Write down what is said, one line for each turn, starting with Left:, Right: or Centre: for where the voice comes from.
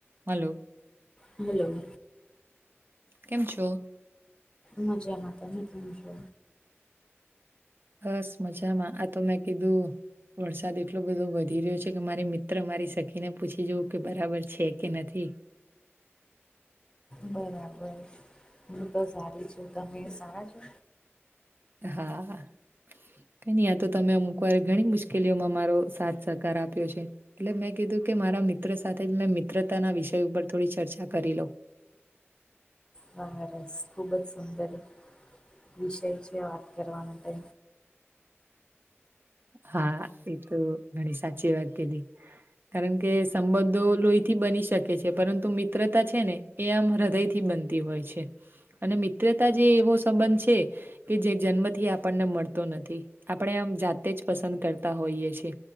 Right: હાલો.
Left: Hello.
Right: કેમ છો.
Left: મજામાં તમે કેમ છો.
Right: બસ મજામાં આતો મેં કીધુ વરસાદ એટલો બધો વધી રહ્યો છે, કે મારી મિત્ર મારી સખીને પૂછી જવુ, કે બરાબર છે, કે નથી.
Left: બરાબર હુ તો સારી છુ, તમે સારા છો.
Right: હા કંઈ નહીં આતો તમે અમુકવાર ઘણી મુશ્કેલીઓમાં મારો સાચો સહકાર આપ્યો છે. એટલે મેં કીધું કે મારા મિત્ર સાથે જ મેં મિત્રતાના વિષય ઉપર થોડી ચર્ચા કરી લો
Left: બરસ ખુબ જ સુંદર વિષય છે, વાત કરવા માટે
Right: હા એતો ઘણી સાચી વાત કીધી કારણ કે સંબંધો લોહીથી બની શકે છે, પરંતુ મિત્રતા છેને. એ આમ હૃદયથી બનતી હોય છે, અને મિત્રતા જે એવો સંબંધ છે. કેજે જન્મથી આપણને મળતો નથી, આપણે આમ જાતે જ પસંદ કરતા હોઈએ છે.